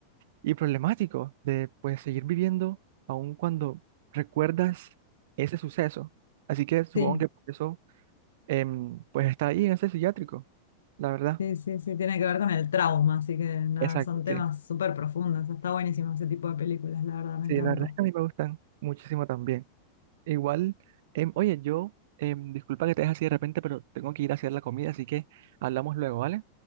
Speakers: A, on the right; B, on the left.
A: y problemático de, pues, seguir viviendo aun cuando recuerdas ese suceso. Así que supongo
B: sí.
A: que por eso, em, pues, está ahí en ese psiquiátrico, la verdad.
B: Sí, sí, sí, tiene que ver con el trauma, así que nada,
A: Exacto,
B: son temas
A: sí.
B: súper profundos. Está buenísimo ese tipo de películas, la verdad, me
A: Sí,
B: encanta.
A: la verdad es que a mí me gustan muchísimo también. Igual, em, oye, yo, em, disculpa que te deje así de repente, pero tengo que ir a hacer la comida, así que hablamos luego, ¿vale?